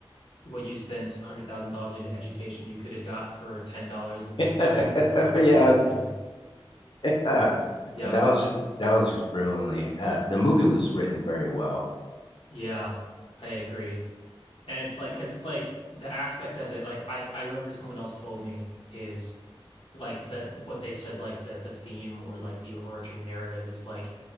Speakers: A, on the left; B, on the left.
A: what you spent one hundred thousand dollars in education you could have got for ten dollars in late
B: <laughs>
A: charges at the local
B: Yeah,
A: library.
B: <laughs> yeah. That
A: Yep.
B: was just, that was just brilliantly. Uh, the movie was written very well.
A: Yeah, I agree. And it's like, because it's like the aspect of it, like I, I remember someone else told me is like the what they said, like the the theme or like the overarching narrative is like